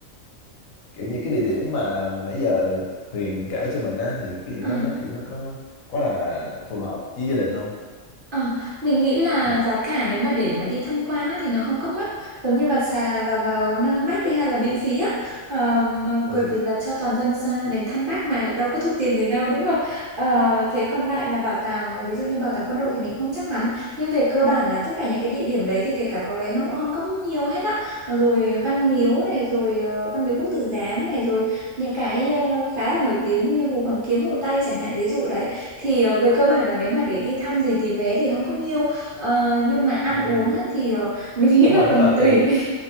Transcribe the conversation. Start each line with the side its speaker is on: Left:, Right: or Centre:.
Left: kiểu những cái địa điểm mà nãy giờ Huyền kể cho mình á thì cái gì
Right: ờ.
Left: đó nó kiểu nó có quá là phù hợp với gia đình không
Right: Ờ, mình nghĩ là
Left: à,
Right: giá cả nếu mà để mà đi tham quan á thì nó không có mắc giống như vào xà vào vào Năng Bác đi hay là miễn phí á Ờ, mà
Left: ừ.
Right: bởi vì là cho toàn dân xa- đến thăm Bác mà đâu có thu tiền gì đâu đúng không Ờ, thế còn lại là bảo tàng ờ, ví dụ như bảo tàng quân đội thì mình không chắc lắm nhưng về cơ bản là tất cả những cái địa điểm đấy thì kể cả có vé nó cũng không có nhiều hết á rồi Văn Miếu này rồi ờ, Văn Miếu Quốc Tử Giám này rồi những cái ờ, khá là nổi tiếng như Hồ Hoàn Kiếm Hồ Tây chẳng hạn ví dụ đấy thì ờ, về cơ bản là nếu mà để đi thăm thì tiền vé thì không có nhiều Ờ, nhưng mà ăn
Left: Ừ.
Right: uống á, thì ờ, mình nghĩ
Left: đúng
Right: là
Left: rồi nếu
Right: còn
Left: mà
Right: tùy
Left: tiền